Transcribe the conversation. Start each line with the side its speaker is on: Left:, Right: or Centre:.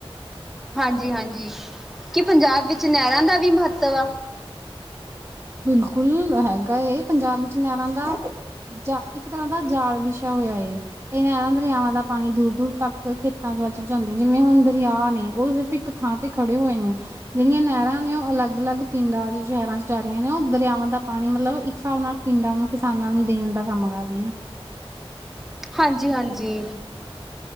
Centre: ਹਾਂਜੀ ਹਾਂਜੀ ਕਿ ਪੰਜਾਬ ਵਿੱਚ ਨਹਿਰਾਂ ਦਾ ਵੀ ਮਹੱਤਵ ਆ
Right: ਬਿਲਕੁਲ ਹੈਗਾ ਪੰਜਾਬ ਵਿੱਚ ਨਹਿਰਾਂ ਦਾ ਜਾਂ ਇੱਕ ਤਰ੍ਹਾਂ ਦਾ ਜਾਲ ਵਿਸ਼ਾ ਹੋਇਆ ਏ ਇਹ ਨਹਿਰਾਂ ਦਰਿਆਵਾਂ ਦਾ ਪਾਣੀ ਦੂਰ ਦੂਰ ਤੱਕ ਖੇਤਾਂ ਪਹੁੰਚਾਉਂਦੇ ਜਿਵੇਂ ਹੁਣ ਦਰਿਆ ਨੇ ਉਹ ਸਿਰਫ਼ ਇੱਕ ਥਾਂ ਤੇ ਖੜੇ ਹੋਏ ਨੇ ਜਿਹੜੀਆਂ ਨਹਿਰਾਂ ਨੇ ਉਹ ਅਲੱਗ ਅਲੱਗ ਪਿੰਡਾਂ ਚ ਸ਼ਹਿਰਾਂ ਚ ਜਾ ਰਆਂ ਨੇ ਉਹ ਦਰਿਆਵਾਂ ਦਾ ਪਾਣੀ ਮਤਲਬ ਇੱਕ ਹਿਸਾਬ ਨਾਲ ਪਿੰਡਾਂ ਨੂੰ ਕਿਸਾਨਾਂ ਨੂੰ ਦੇਣ ਦਾ ਕੰਮ ਕਰ ਰਹੀ ਹਾਂ
Centre: ਹਾਂਜੀ ਹਾਂਜੀ